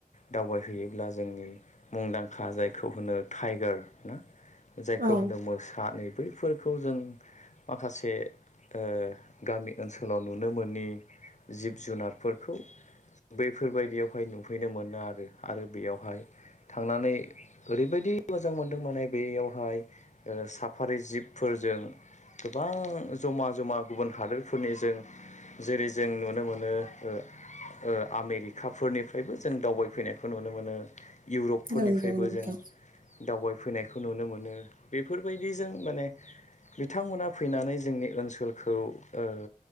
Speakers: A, on the left (about 50°); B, on the right (about 65°).
A: दावबायहैयोब्ला जोंनि मुंदांखा जायखौ होनो टाइगार ना जायखौ
B: औ
A: होनो मोसा नै बै फोरफोरखौ जों माखासे ओ गामि ओनसोलाव नु नो मोननि जिब जुनारफोरखौ बैफोर बायदियावहाय नुफैनो मोनो आरो आरो बेयावहाय थांनानै ओरैबायदि मोजां मोनदों माने बेयावहाय ओ साफारि जिबफोर जों गोबां जमा जमा गुबुन हादोरफोरनि जों जेरै जों नुनो मोनो ओ ओ आमेरिकाफोरनिफ्रायबो जों दावबायफैनायखौ नुनो मोनो इउरपफोरनिफ्रायबो
B: नंगौ नोंथां
A: जों दावबाय फैनायखौ नुनो मोनो बेफोरबायदिजों माने बिथांमोना फैनानै जोंनि ओनसोलखौ ओ